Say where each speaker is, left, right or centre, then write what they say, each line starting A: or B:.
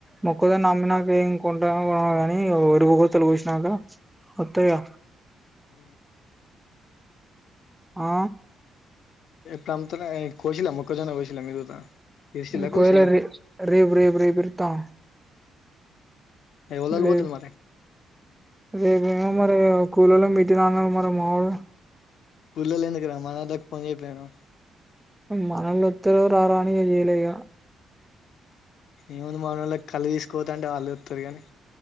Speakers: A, in the centre; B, on the left.
A: మొక్కదని నమ్మినక ఏం కొంటా కాని ఎరుపుతులు కూసినాక వత్తయిగా
B: హ
A: ఆ
B: తంత నా కోసిండ్రా మొక్కజొన్న కోసిండ్ర మీరు కూడా. ఇరిసిల్లా
A: ఇ కోయలేదు
B: కోసిల్లా
A: రేపు రేపు రేపు పిలుత్తం.
B: ఎవలోళ్ళు
A: రేపు
B: పోతులు మరి
A: రేపు అయినా మరి కూలోళ్ళను పెరైనా అన్నావు మరి మామూలగా
B: కూలోళ్ళు ఎందుకురా మనోళ్ళకి ఫోన్ చేయిపోయినావ్
A: మనోళ్లువొత్తారో రా రా ఏం చేయాలే ఇగ
B: ఏముంది మన వాళ్ళకి కల్లు తీసుకు పోతుంటే వాళ్ళే వస్తారు గాని